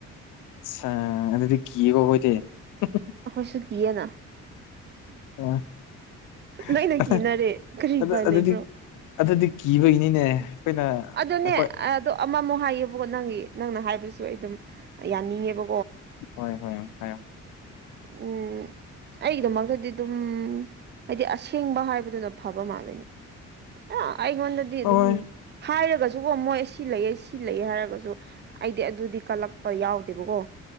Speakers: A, on the left (about 85°); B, on the right (about 35°).
A: ꯆꯥ ꯑꯗꯨꯗꯤ ꯀꯤꯌꯦ ꯀꯣ ꯑꯈꯣꯢꯗꯤ ꯍꯝꯍꯝ
B: ꯑꯈꯣꯢꯁꯨ ꯀꯤꯌꯦꯅ
A: ꯑ ꯑꯍꯥ
B: ꯂꯣꯏꯅ ꯀꯤꯅꯔꯦ ꯀꯔꯤ
A: ꯑꯗꯨ
B: ꯎꯄꯥꯏ
A: ꯑꯗꯨꯗꯤ
B: ꯂꯩꯕ꯭ꯔꯣ
A: ꯑꯗꯨꯗꯤ ꯀꯤꯕꯒꯤꯅꯤꯅꯦ ꯑꯩꯈꯣꯏꯅ
B: ꯑꯗꯨꯅꯦ
A: ꯑꯩꯈꯣꯏ
B: ꯑꯗꯣ ꯑꯃꯃꯨꯛ ꯍꯥꯏꯌꯦꯕꯀꯣ ꯅꯪꯒꯤ ꯅꯪꯅ ꯍꯥꯏꯕꯁꯨ ꯑꯩ ꯑꯗꯨꯝ ꯌꯥꯅꯤꯡꯉꯦꯕ
A: ꯍꯣꯏ ꯍꯣꯏ ꯍꯥꯢꯌꯣ
B: ꯎꯝ ꯑꯩꯒꯤꯗꯃꯛꯇꯗꯤ ꯑꯗꯨꯝ ꯍꯥꯏꯗꯤ ꯑꯁꯦꯡꯕ ꯍꯥꯏꯕꯗꯨꯅ ꯐꯕ ꯃꯥꯜꯂꯦꯅꯦ ꯑ ꯑꯩꯉꯣꯟꯗꯗꯤ
A: ꯍꯣꯏ
B: ꯑꯗꯨꯝ ꯍꯥꯏꯔꯒꯁꯨꯀꯣ ꯃꯣꯏ ꯁꯤ ꯂꯩꯌꯦ ꯁꯤ ꯂꯩꯌꯦ ꯍꯥꯏꯔꯒꯁꯨ ꯑꯩꯗꯤ ꯑꯗꯨꯗꯤ ꯀꯜꯂꯛꯄ ꯌꯥꯎꯗꯦꯕꯀꯣ